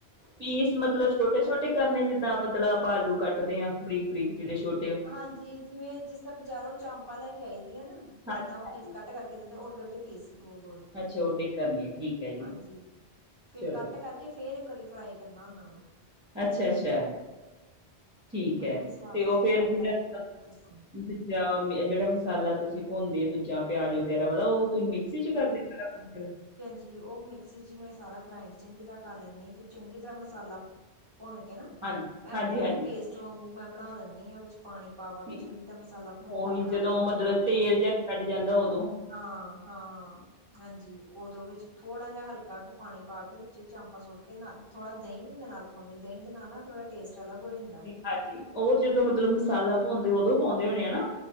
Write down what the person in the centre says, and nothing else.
ਪੀਸ ਮਤਲਬ ਛੋਟੇ-ਛੋਟੇ ਕਰਨੇ, ਜਿੱਦਾਂ ਮਤਲਬ ਆਪਾਂ ਆਲੂ ਕੱਟਦੇ ਆ, ਬਰੀਕ-ਬਰੀਕ ਜੇੜੇ ਛੋ
ਹਾਂਜੀ
ਹਾਂਜੀ
ਅੱਛਾ ਓਡੇ ਕਰਨੇ ਠੀਕ ਹੈ ਜੀ
ਚਲੋ
ਅੱਛਾ ਅੱਛਾ ਠੀਕ
ਹੈ
ਤੇ
ਉਹ ਫੇਰ
ਜਿਹੜਾ
ਦੂਜਾ, ਜੇੜਾ ਮਸਾਲਾ ਤੁਸੀਂ ਭੁਨਦੇ ਆ, ਦੂਜਾ ਪਿਆਜ ਵਗੈਰਾ ਵਾਲਾ ਓ। ਤੁਸੀਂ ਮਿਕਸੀ ਚ ਕਰਦੇ ਆ, ਸਾਰਾ ਕੁਝ ਫੇਰ
ਹਾਂਜੀ,
ਹਾਂਜੀ,
ਹਾਂਜੀ
ਠੀਕ
ਉਹੀ
ਜਦੋਂ ਮਤਲਬ
ਤੇਲ ਜਿਹਾ ਛੱਡ ਜਾਂਦਾ ਓ।
ਠੀਕ, ਹਾਂਜੀ ਉਹ ਜਦੋਂ ਮਤਲਬ ਮਸਾਲਾ ਭੁੰਨਦੇ ਉਦੋਂ ਪਾਉਂਦੇ ਹੋਣੇ ਹਨਾ।